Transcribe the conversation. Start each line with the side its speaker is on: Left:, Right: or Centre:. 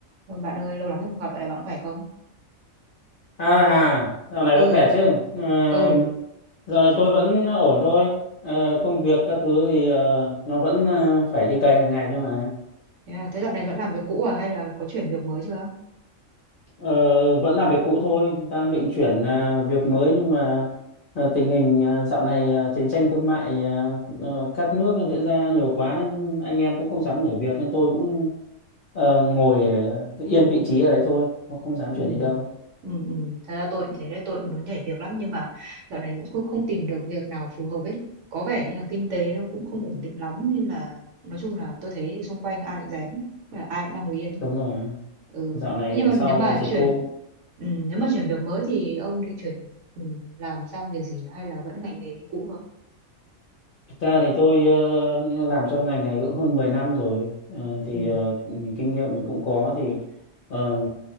Right: Ôi bạn ơi, lâu lắm rồi không gặp, dạo này bạn khỏe không?
Left: À hà, dạo này
Right: Ừ,
Left: vẫn khỏe chứ? Ờ,
Right: ừ.
Left: dạo này tôi vẫn ổn thôi. Ờ, công việc các thứ thì ờ, nó vẫn ờ, phải đi cày hàng ngày thôi mà.
Right: Thế, là, thế dạo này vẫn làm việc cũ à hay là có chuyển việc mới chưa?
Left: Ờ, vẫn làm việc cũ thôi, đang định chuyển ờ, việc mới nhưng mà ờ, tình hình ờ, dạo này ờ, chiến tranh thương mại ờ, ờ, các nước nó diễn ra nhiều quá nên anh em cũng không dám nhảy việc nên tôi cũng ờ, ngồi ờ, cứ yên vị trí ở đấy thôi, không không dám
Right: Ừ.
Left: chuyển đi đâu.
Right: Ừ, ừ. Thật ra tôi cũng thế đấy, tôi cũng muốn nhảy việc lắm nhưng mà dạo này cũng không, không tìm được việc nào phù hợp ấy. Có vẻ như là kinh tế nó cũng không ổn định lắm nên là nói chung là tôi thấy xung quanh ai cũng rén, là ai cũng đang ngồi yên.
Left: Đúng rồi,
Right: Ừ.
Left: dạo này
Right: Thế nhưng mà
Left: sau
Right: nếu mà
Left: dịch
Right: chuyển
Left: cô
Right: ừ, nếu mà chuyển việc mới thì ông định chuyển ừ, làm sang việc gì nhỉ? Hay là vẫn ngành nghề như cũ thôi?
Left: Thực ra thì tôi ờ, làm trong ngành này cũng hơn 10 năm rồi Ờ, thì
Right: Ừ.
Left: ờ, mình kinh nghiệm mình cũng có thì ờ,